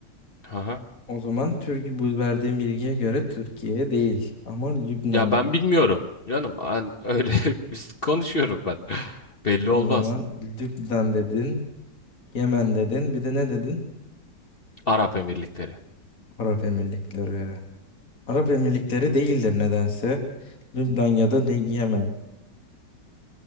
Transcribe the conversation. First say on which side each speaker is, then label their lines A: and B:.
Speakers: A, on the left; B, on the left.
A: Aha.
B: O zaman Türkiye bu verdiğim bilgiye göre Türkiye değil. Ama Lübnan.
A: Ya ben bilmiyorum. Canım ben öyle <laughs> biz konuşuyorum ben. <laughs> Belli
B: O
A: olmaz.
B: zaman Lübnan dedin, Yemen dedin, bir de ne dedin?
A: Arap Emirlikleri.
B: Arap Emirlikleri. Arap Emirlikleri değildir nedense. Lübnan ya da de- Yemen.